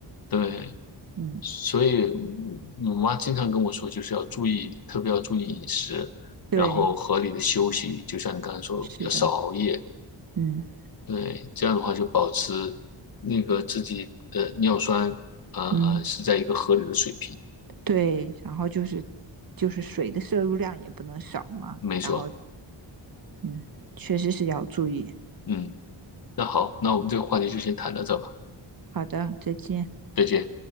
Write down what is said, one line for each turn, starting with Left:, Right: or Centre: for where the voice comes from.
Left: 对，
Right: 嗯，
Left: 所以我妈经常跟我说，就是要注意，特别要注意饮食，
Right: 对，
Left: 然后合理的休息，就像你刚才说，
Right: 是的，
Left: 要少熬夜。
Right: 嗯
Left: 对，这样的话就保持那个自己的尿酸，呃呃，
Right: 嗯，
Left: 是在一个合理的水平。
Right: 对，然后就是就是水的摄入量也不能少嘛，
Left: 没错，
Right: 然后嗯，确实是要注意。
Left: 嗯，那好，那我们这个话题就先谈到这吧，
Right: 好的，再见。
Left: 再见。